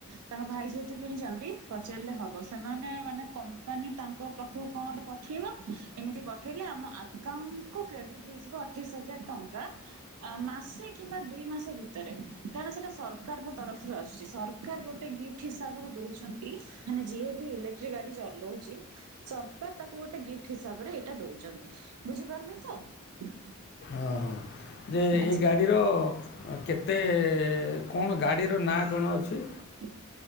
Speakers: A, on the right; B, on the left.
A: ତାଙ୍କ ଭାଇ ଯେହେତୁ କିଣିଛନ୍ତି ପଚାରିଲେ ହବ ସେମାନେ ମାନେ କମ୍ପାନୀ ତାଙ୍କ ପାଖକୁ କଣ ଗଟେ ପଠେଇବ ଏମିତି ପଠେଇଲେ ଆମ ଆକାଉଣ୍ଟ କୁ କ୍ରେଡିଟ୍ ହେଇଯିବ। ପଚିଶ ହଜାର ଟଙ୍କା। ମାସେ କିମ୍ବା ଦୁଇ ମାସ ଭିତରେ କାରଣ ସେଟା ସରକାରଙ୍କ ତରଫରୁ ଆସୁଛି ସର ସ ଗୋଟେ ଗିଫ୍ଟ ହିସାବରେ ଦଉଛନ୍ତି ମାନେ ଯିଏ ବି ଇଲେକ୍ଟ୍ରିକ ଗାଡି ଚଲାଉଛି। ସରକାର ତାକୁ ଗୋଟେ ଗିଫ୍ଟ ହିସାବରେ ଏଇଟା ଦଉଚନ୍ତି ବୁଝିପାରିଲେ ତ।
B: ଅ ହଁ। ଯେ
A: ଆଜି
B: ଏ ଗାଡ଼ିର କେତେ କଣ ଗାଡ଼ିର ନାଁ କଣ ଅଛି?
A: ହ